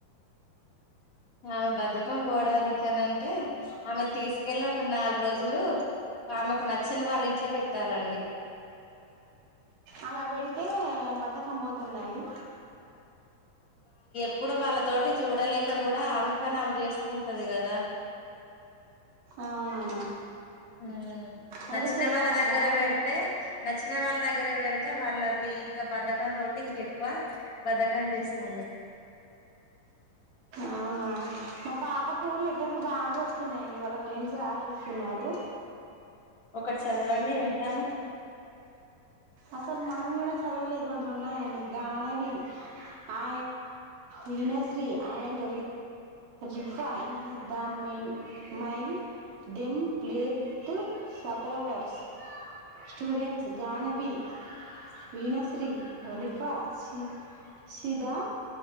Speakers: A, on the left; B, on the right.
A: ఆమె బధకం పోవడానికి అన అంటే ఆమె తీసుకెళ్లి ఒక నాలుగు రోజులు ఆమెకు నచ్చని వాళ్ళ ఇంట్లో పెట్టాలండి
B: అలా వెడితే బద్ద పోతుందిండి
A: ఇప్పుడు వాళ్ళ తోటి చూడలేక కూడా ఆమె పని ఆమె చేసుకుంటది కదా
B: అవునా
A: ఉ
B: అయితే
A: నచ్చిన
B: చెయ్యాలండి
A: వాళ్ళ దగ్గర
B: అలానే
A: పెడితే నచ్చిన వాళ్ళ దగ్గర దగ్గర పెడితే వాళ్ళ అది ఇంకా బధకం తోటి ఇంక ఎక్కువ బధకం చేస్తుంది
B: అవును పాపకు లిటర్లు బాగా వస్తున్నాయండి వాళ్ళ ఫ్రెండ్స్ రాసిస్తున్నారు
A: ఒకటి చదవండి వింటాను
B: అసలు మనం కూడా చదవలేకుండా ఉన్నాయండి గగానవి ఆ Veenashree and Rifa is the my them <unintelligible> play with supporters students Ganavi Veenashree Rifa's సీదా